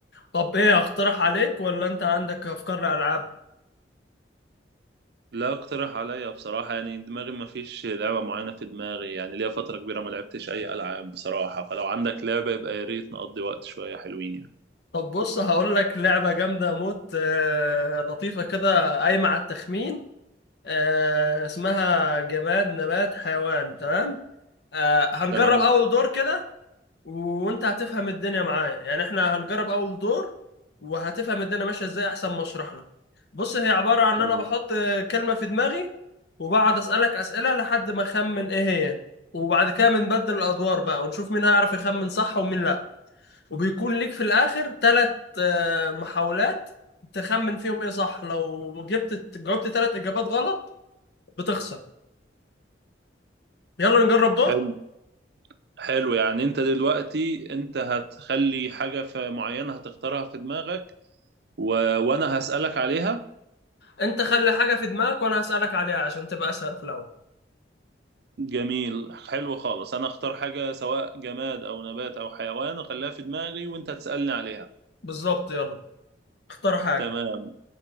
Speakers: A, on the left; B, on the right.
A: طب ايه اقترح عليك ولا انت عندك افكار لالعاب
B: لا اقترح عليا بصراحه يعني دماغي ما فيش لعبه معينه في دماغي يعني ليا فتره كبيره ما لعبتش اي العاب بصراحه فلو عندك لعبه يبقى يا ريت نقضي وقت شويه حلوين يعني
A: طب بص هقول لك لعبة جامدة موت آه، لطيفة كده قايمة على التخمين آه، اسمها جماد نبات حيوان تمام آه، هنجرب
B: تمام
A: اول دور كده وانت هتفهم الدنيا معايا يعني احنا هنجرب اول دور وهتفهم الدنيا ماشيه ازاي احسن ما اشرح لك بص هي عباره عن ان
B: تمام
A: انا بحط كلمه في دماغي وبقعد اسالك اسئله لحد ما اخمن ايه هي وبعد كده بنبدل الادوار بقى ونشوف مين هيعرف يخمن صح ومين لا وبيكون ليك في الاخر ثلاث محاولات تخمن فيهم ايه صح لو جبت جاوبت ثلاث اجابات غلط بتخسر يلا نجرب دور
B: حلو حلو يعني انت دلوقتي انت هتخلي حاجه في معينه هتختارها في دماغك و... وانا هسألك عليها
A: انت خلي حاجه في دماغك وانا هسالك عليها عشان تبقى اسهل في الاول
B: جميل حلو خالص انا اختار حاجة سواء جماد او نبات او حيوان اخليها في دماغي وانت تسألني عليها
A: بالظبط يلا اختار حاجة
B: تمام